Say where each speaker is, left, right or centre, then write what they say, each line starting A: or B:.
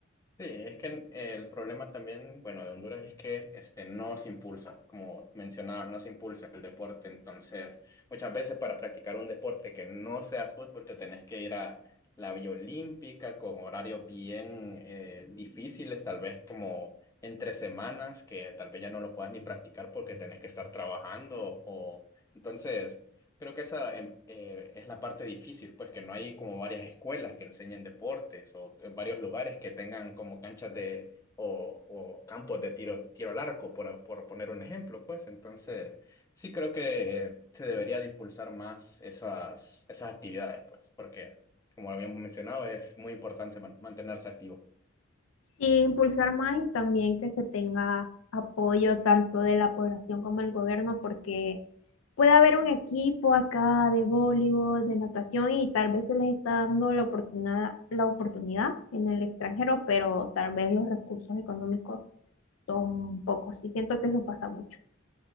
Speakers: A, on the left; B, on the left.
A: Sí, es que el problema también, bueno, de Honduras es que este, no se impulsa, como mencionaba, no se impulsa el deporte. Entonces, muchas veces para practicar un deporte que no sea fútbol, te tenés que ir a la vía olímpica con horarios bien eh, difíciles, tal vez como entre semanas, que tal vez ya no lo puedas ni practicar porque tenés que estar trabajando. O... Entonces, Creo que esa em, eh, es la parte difícil, pues que no hay como varias escuelas que enseñen deportes o que varios lugares que tengan como canchas de o, o campos de tiro, tiro al arco, por, por poner un ejemplo, pues. Entonces, sí creo que eh, se debería de impulsar más esas, esas actividades, pues, porque como habíamos mencionado, es muy importante man- mantenerse activo.
B: Sí, impulsar más y también que se tenga apoyo tanto de la población como del gobierno, porque puede haber un equipo acá de voleibol, de natación y tal vez se les está dando la oportunidad, la oportunidad en el extranjero, pero tal vez los recursos económicos son pocos y siento que eso pasa mucho.